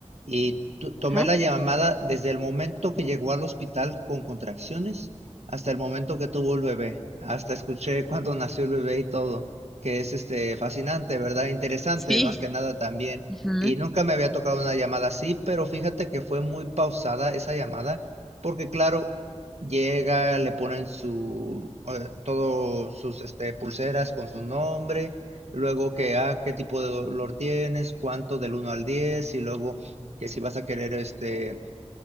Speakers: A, on the right (about 60°); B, in the centre.
A: y tu- tomé
B: Ajá.
A: la llamada desde el momento que llegó al hospital con contracciones hasta el momento que tuvo el bebé, hasta escuché cuando nació el bebé y todo que es este fascinante, ¿verdad? Interesante,
B: Sí.
A: más que nada también.
B: Ujú.
A: Y nunca me había tocado una llamada así, pero fíjate que fue muy pausada esa llamada, porque claro, llega, le ponen su eh, todos sus este, pulseras con su nombre, luego que ah, qué tipo de dolor tienes, cuánto del uno al 10 y luego que si vas a querer este